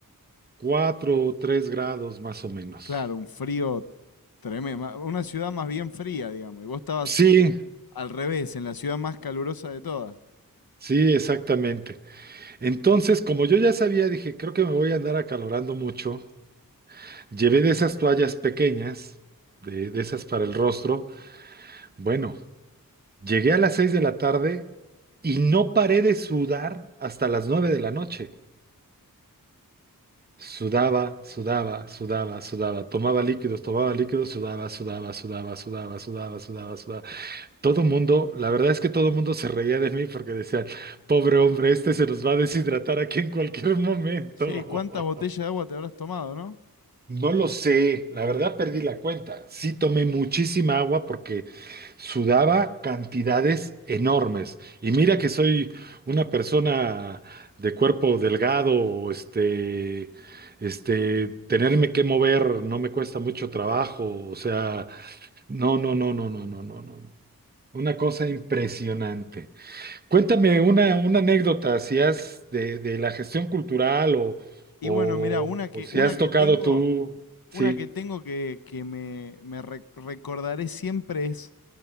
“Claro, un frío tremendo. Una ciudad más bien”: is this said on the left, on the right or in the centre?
Left